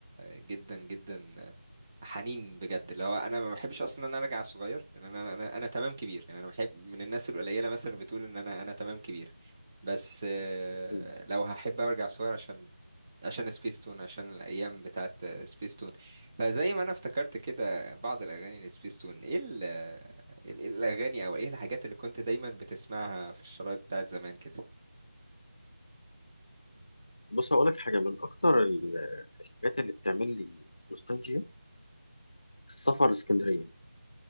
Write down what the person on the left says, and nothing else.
مم.
بص هقول لك حاجه من اكتر ال- الحاجات اللي بتعمل لي نوستالجيا السفر لاسكندريه